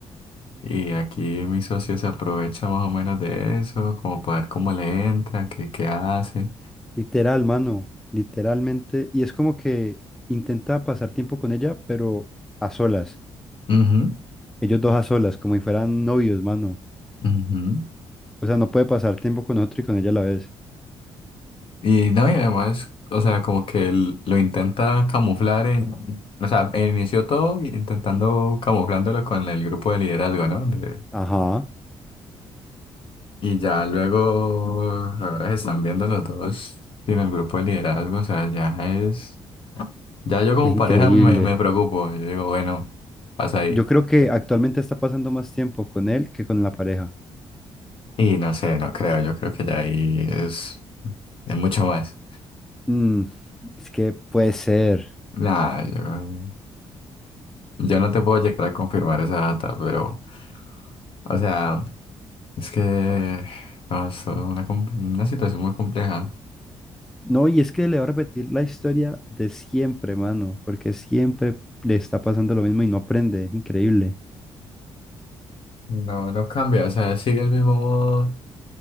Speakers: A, on the left; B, in the centre.
A: y aquí mi socio se aprovecha más o menos de eso, como para ver cómo le entra, qué, qué hace.
B: Literal, mano, literalmente. Y es como que intenta pasar tiempo con ella, pero a solas.
A: Ujú,
B: Ellos dos a solas, como si fueran novios, mano.
A: ujú.
B: O sea, no puede pasar tiempo con otro y con ella a la vez.
A: Y no, y además, o sea, como que él lo intenta camuflar en, o sea, inició todo intentando camuflándolo con el grupo de liderazgo, ¿no? De,
B: Ajá,
A: Y ya luego, ahora se están viendo los dos sin el grupo de liderazgo, o sea, ya es, ya yo como
B: es increíble.
A: pareja me, me preocupo, yo digo, bueno, pasa ahí.
B: Yo creo que actualmente está pasando más tiempo con él que con la pareja.
A: Y no sé, no creo, yo creo que ya ahí es, es mucho más.
B: Mm, es que puede ser.
A: Nah, yo, yo no te puedo llegar a confirmar esa data, pero, o sea, es que, no, es una, com- una situación muy compleja.
B: No, y es que le va a repetir la historia de siempre, mano, porque siempre le está pasando lo mismo y no aprende. Es increíble.
A: No, no cambia, o sea, sigue el mismo